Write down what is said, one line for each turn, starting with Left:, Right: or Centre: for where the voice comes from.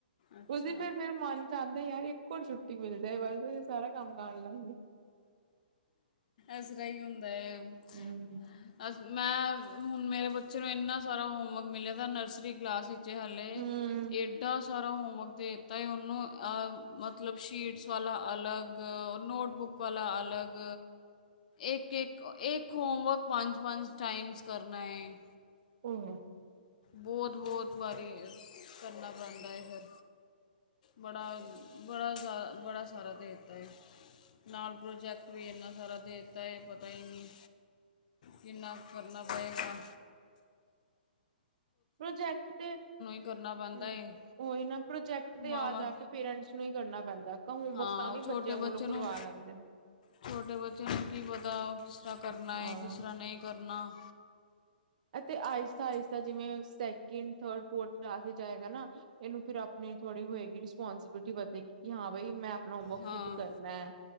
Left: ਅੱਛਾ
Right: ਉਸ ਦਿਨ ਫ਼ਿਰ ਮੇਰੇ ਮਨ ਚ ਆਂਦਾ। ਯਾਰ ਇਕੋ ਛੁੱਟੀ ਮਿਲ਼ ਹੇ ਵਾਹਿਗੁਰੂ ਅਸੀਂ ਸਾਰਾਂ ਕੰਮ ਕਰਲਾਂਗੇ।
Left: ਇਸ ਤਰ੍ਹਾਂ ਹੀ ਹੁੰਦਾਂ ਤੇ
Right: ਹਮ
Left: ਅਸ ਮੈਂ। ਹੁਣ ਮੇਰੇ ਬੱਚੇ ਨੂੰ ਇੰਨਾਂ ਸਾਰਾਂ ਹੋਮਵਰਕ ਮਿਲਿਆਂ ਦਾ ਨਰਸਰੀ ਕਲਾਸ ਵਿੱਚ। ਜੇ ਹਲੇ
Right: ਹਮ
Left: ਏਡਾ। ਸਾਰਾ ਹੋਮਵਰਕ ਦੇ ਦਿੱਤਾ ਏ ਉਹਨੂੰ ਅਹ ਮਤਲਬ ਸ਼ੀਟਸ, ਵਾਲਾ ਅਲੱਗ ਨੋਟਬੁੱਕ ਵਾਲਾ ਅਲੱਗ ਇੱਕ ਇੱਕ ਇੱਕ ਹੋਮਵਰਕ ਪੰਜ ਪੰਜ ਟਾਈਮਸ ਕਰਨਾ ਹੈ।
Right: ਔ ਹੋ,
Left: ਬਹੁਤ-ਬਹੁਤ ਵਾਰੀ ਕਰਨਾ ਪੈਂਦਾ ਹੈ ਫਿਰ ਬੜਾ ਬੜਾ ਜ਼ ਬੜਾ ਸਾਰਾ ਦੇ ਦਿੱਤਾ ਹੈ ਨਾਲ ਪ੍ਰੋਜੈਕਟ ਵੀ ਇੰਨਾ ਸਾਰਾ ਦੇ ਦਿੱਤਾ ਹੈ ਪਤਾ ਹੀ ਨਹੀਂ ਕਿੰਨਾ ਕਰਨਾ ਪਵੇਗਾ।
Right: ਪ੍ਰੋਜੈਕਟ ਤੇ ਹੂੰ
Left: ਕਰਨਾ ਪੈਂਦਾ ਹੈ
Right: ਉਹੀ ਨਾ ਪ੍ਰੋਜੈਕਟ ਤੇ ਆ
Left: ਮਾਵਾਂ
Right: ਜਾ ਕੇ ਪੇਰੈਂਟਸ ਨੂੰ ਹੀ ਕਰਨਾ ਪੈਂਦਾ। ਹੋਮਵਰਕ
Left: ਹਾਂ
Right: ਤਾਂ ਵੀ
Left: ਉਹ ਛੋਟੇ
Right: ਬੱਚਿਆਂ ਕੋਲੋਂ
Left: ਬੱਚੇ
Right: ਕਰਵਾ
Left: ਨੂੰ
Right: ਲੈਂਦੇ ਨੇ
Left: ਛੋਟੇ ਬੱਚੇ ਨੂੰ ਕੀ ਪਤਾ ਉਹ ਕਿਸ ਤਰ੍ਹਾਂ ਕਰਨਾ
Right: ਹਾਂ
Left: ਹੈ ਕਿਸ ਤਰ੍ਹਾਂ ਨਹੀਂ ਕਰਨਾ।
Right: ਤੇ ਅਹਿਸਤਾ ਅਹਿਸਤਾ ਜਿਵੇਂ ਸੈਕਿੰਡ ਥਰਡ ਫੋਰਥ ਕਲਾਸ ਵਿੱਚ ਆਏਗਾ ਨਾ ਇਹਨੂੰ ਫੇਿਰ ਆਪਣੀ ਥੋੜੀ ਹੋਏਗੀ ਰਿਸਪੋਂਸੀਬਿਲਿਟੀ ਵਧੇਗੀ ਕਿ ਹਾਂ ਬਾਈ ਮੈਂ, ਆਪਣਾ ਖੁਦ
Left: ਹਾਂ
Right: ਕਰਨਾ